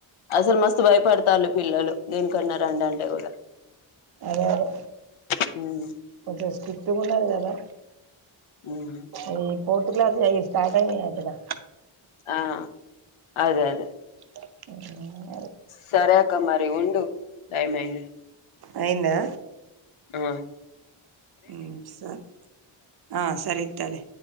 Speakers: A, on the left; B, on the right.
A: అసలు మస్తు భయపడతారు పిల్లలు దేనికన్న రండి అంటే కూడా
B: అదే అదే
A: హ్మ్
B: కొంచెం స్ట్రిక్ట్ గా ఉన్నాది కదా
A: హ్మ్
B: ఈ ఫోర్త్ క్లాస్యి అయి స్టార్ట్ అయినయ్యంటగా
A: ఆ అదే అదే
B: అ
A: సరే అక్క మరి ఉండు టైమైంది
B: అయిందా
A: ఆ
B: హ్మ్ సరే ఆ సరే ఇత్తాలే